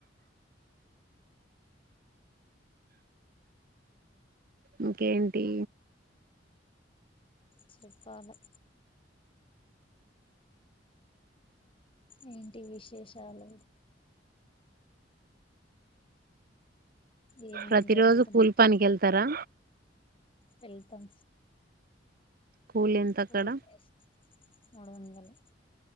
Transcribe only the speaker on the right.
ఇంకేంటి
ప్రతి
రోజు కూలిపానికి వెళ్తారా
కూల్ ఎంత
అక్కడ